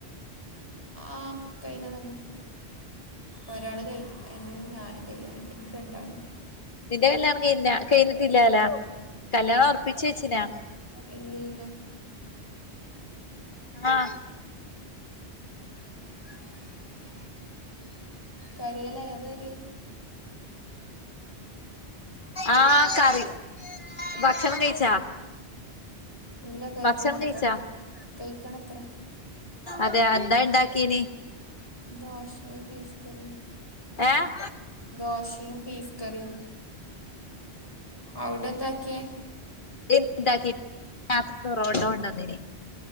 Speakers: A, on the left (about 20°); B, on the left (about 50°).
A: ആഹ് കയിഞ്ഞതന്നെ ഒരാള് കയ്ക എനി ഞാനും കഴിയാനുണ്ട് ഇനി രണ്ടാളുണ്ട്
B: നിന്റെ കല്യാണം കഴിഞ കഴിഞ്ഞിട്ടില്ലാലോ കല്യാണം ഒറപ്പിച്ച് വെച്ചിനാ
A: ഇല്ലീല്ല
B: ആഹ്
A: <inaudible> കരികല ഏതരിയായ്
B: ആഹ് കറി ഭക്ഷണം കഴിച്ചാ
A: ഇല്ല കഴിക്കണത്രെ
B: ഭക്ഷണം കഴിച്ചാ
A: കയ്ക്കണത്രെ
B: അതെ എന്താ ഇണ്ടാക്കീനി
A: ദോശയു ബീഫ്കറിം
B: ഏഹ്
A: ദോശയും ബീഫ് കറീം അവിടെ എന്താക്കിയേ
B: <inaudible> ണ്ടാക്കി രാത്ര ബെറോട്ട കൊണ്ടൊനീനി